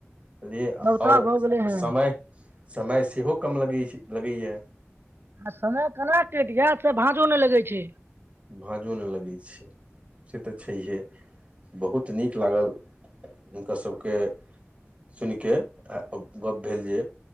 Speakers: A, on the right; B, on the right.
A: बुझालिए
B: नवका
A: आओर
B: भऽ गेलै हे
A: समय समय सेहो कम लगै छै लगैए।
B: आ समय केना कटि गेल से भाँझो नहि लगै छै।
A: भाँजो नहि लगै छै से तऽ छैहे बहुत नीक लागल हुनकर सभके सुनि कऽ आ गप्प भेल जे